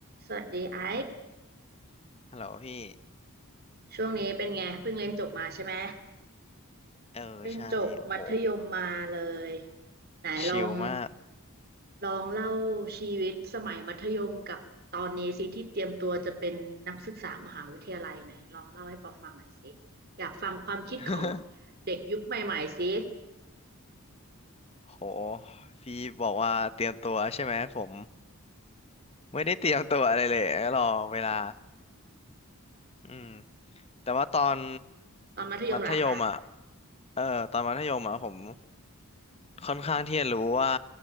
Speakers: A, on the right (about 45°); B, on the left (about 25°).
A: สวัสดีไอ้
B: ฮัลโหลพี่
A: ช่วงนี้เป็นไงเพิ่งเรียนจบมาใช่ไหม
B: เออใช่โอ้โห
A: เพิ่งจบมัธยมมาเลยไหนลอง
B: ชิลมาก
A: ลองเล่าชีวิตสมัยมัธยมกับตอนนี้สิที่เตรียมตัวจะเป็นนักศึกษามหาวิทยาลัยไหนลองเล่าให้ปอฟังหน่อยสิอยากฟังความคิดของ
B: <laughs>
A: เด็กยุคใหม่ๆสิ
B: โห พี่บอกว่าเตรียมตัวใช่ไหมผมไม่ได้เตรียมตัวอะไรเลยรอเวลาอืมแต่ว่าตอน
A: ตอนมัธยมล่ะอ่ะ
B: มัธยมอ่ะเออตอนมัธยมอ่ะผมค่อนข้างที่จะรู้ว่า